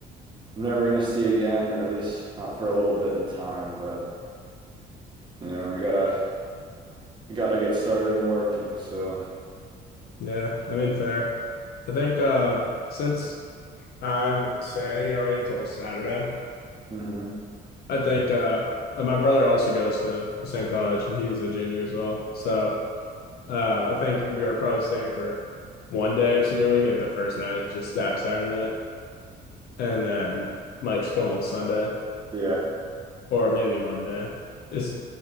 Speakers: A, on the right (about 25°); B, on the left (about 65°).
A: I'm never gonna see again, or at least not for a little bit in time. But you know, I gotta gotta get started in working. So
B: Yeah, I mean, fair. I think um, since I'm staying already till Saturday,
A: mhm.
B: I think uh, and my brother also goes to the same college and he's a junior as well. So Uh, I think we are probably staying for one day of senior week at the first night, just that Saturday night, and then might just go home Sunday
A: Yeah.
B: or maybe Monday. It's